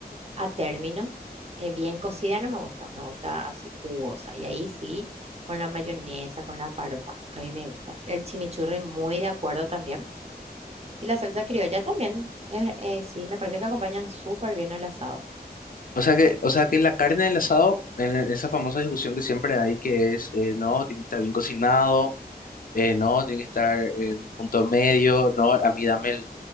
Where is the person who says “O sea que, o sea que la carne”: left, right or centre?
Left